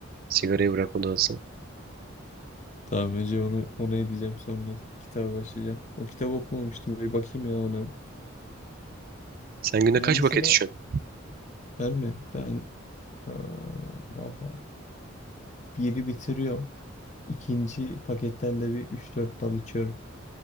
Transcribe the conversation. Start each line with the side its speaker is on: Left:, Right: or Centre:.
Right: Sigarayı bırakma duası.
Left: Tamam Ece onu ona edeceğim sonra kitaba başlayacağım. O kitabı okumamıştım bir bakayım ya ona.
Right: Sen günde
Left: Ya
Right: kaç
Left: mesela
Right: paket içiyorsun?
Left: ben mi? Ben eee valla biri bitiriyorum. İkinci paketten de bir üç dört dal içiyorum.